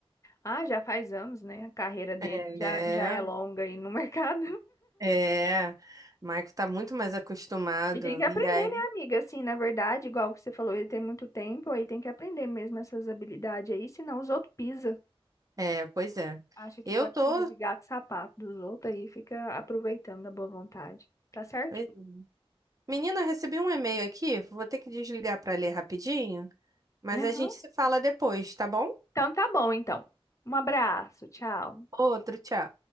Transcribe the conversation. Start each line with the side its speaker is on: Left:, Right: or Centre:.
Left: Ah, já faz anos, né? A carreira dele
Right: É,
Left: já, já é longa aí no <laughs> mercado.
Right: é. Maico tá muito mais acostumado.
Left: E tem que aprender,
Right: E aí.
Left: né, amiga? Assim, na verdade, igual que você falou, ele tem muito tempo, aí tem que aprender mesmo essas habilidades aí, senão os outros pisam.
Right: É, pois é.
Left: Acha que
Right: Eu
Left: pode
Right: tô.
Left: fazer de gato e sapato dos outros aí, fica aproveitando a boa vontade. Tá certinho?
Right: Pois é. Menina, eu recebi um e-mail aqui. Vou ter que desligar para ler rapidinho, mas
Left: Aham.
Right: a gente se fala depois, tá bom?
Left: Então tá bom, então. Um abraço, tchau.
Right: Outro, tchau.